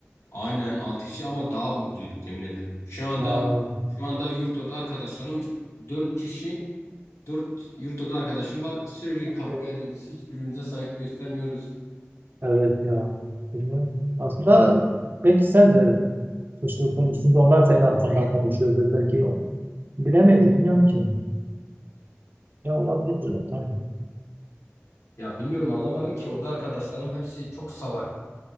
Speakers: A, on the left; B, on the right.
A: Aynen 6 kişi ama daha mutluyduk yemin ederim. Şu anda
B: Ha.
A: şu anda yurt oda arkadaşlarım dört kişi 4 yurt oda arkadaşım var. Sürekli kavga
B: Evet.
A: ediyoruz. Hiçbirimize saygı göstermiyoruz.
B: Evet ya. Bilmiyorum. Aslında belki sen de suçlu konuştun. da Onlar senin arkandan konuşuyordur. Belki bilemeyiz. Bilmiyorum ki. Ya olabilir böyle. Tamam.
A: Ya bilmiyorum anlamadım ki oda arkadaşlarım hepsi çok salak.